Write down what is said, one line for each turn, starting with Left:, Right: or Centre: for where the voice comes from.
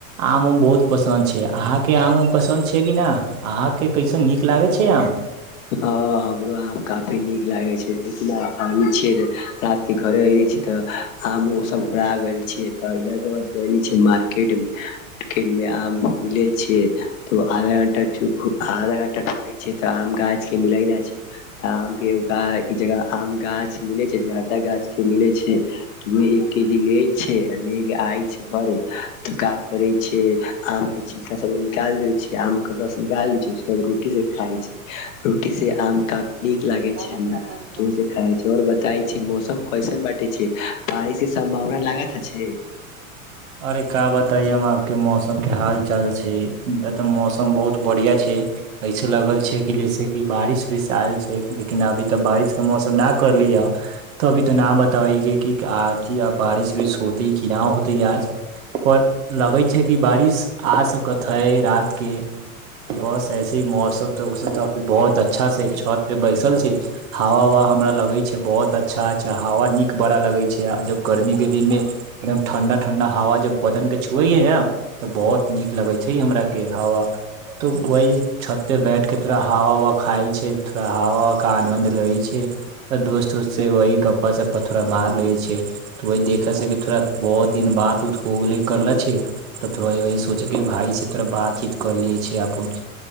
Right: आम उम बहुत पसन्द छै। अहाँ के आम उम पसन्द छै कि ना, अहाँ के कैसन नीक लागै छै आम।
Left: हँ हमरो आम काफी नीक लागै छै लेकिन आबै छियै रात के घरे अए छी त आम ओ सब उड़ा गेल छियै त अयलाके बाद गरमी छै मार्केट में किनबै आम। मिलै छीयै। तब आधा घंटा चुपू, आधा घंटा ढूढ़ै छीयै त आम गा <unintelligible> से मिलै ना छै। त आम केओ गा, ई जगह आम गाछ मिलै छै। जादा गाछके मिलै छै। <unintelligible> हम एक केजी लै छै आ ले के आय छै घरे त का करै छै आम के छी <unintelligible> चा सबके निकालि दै छियै आम के रस निकाल दै छिअइ, उसके बाद रोटी से खाइ छी। रोटी संगे आम काफी नीक लागे
Right: आम
Left: छै हमरा ओसे खाइ छै और बताइ छै, मौसम कैसन बाटे छै बारिश के सम्भावना लागत आछे।
Right: अरे का बताइ हम आप के मौसम के हाल चाल छै। एत त मौसम बहुत बढ़ियां छै। ऐसे लगल छै कि जैसे कि बारिश उरिश आयल छै लेकिन अभी त बारिशके मौसम न करली ह। तभी त ना बताबै छै कि आज बारिश उरिश होतै कि ना होतै आज। पर लगै छै कि बारिश आ सकत है रात के। बस ऐसे मौसम, मौसम अभी बहुत अच्छा से छत पे बैसल छै। हवा ववा हमरा लगै छै बहुत। अच्छा-अच्छा हवा नीक बड़ा लगे छै आ जब गर्मी के दिन मे एकदम ठंडा ठंडा हवा जब बदन के छुवै ह ने तऽ बहुत नीक लगै छै हमरा के हवा। तो वही छत पे बैठ के थोड़ा हवा उवा खाइ छै, थोड़ा हवा ववा का आनन्द लै छै। दोस्त उस्त से वही गप्पा सप्पा थोड़ा मार ले छै। तऽ वही देखै छै कि थोड़ा बहुत दिन बात उत हो गेले करले छै। तऽ थोड़ा वही सोचेके भाय से थोड़ा बातचीत कर ले छै अपुन।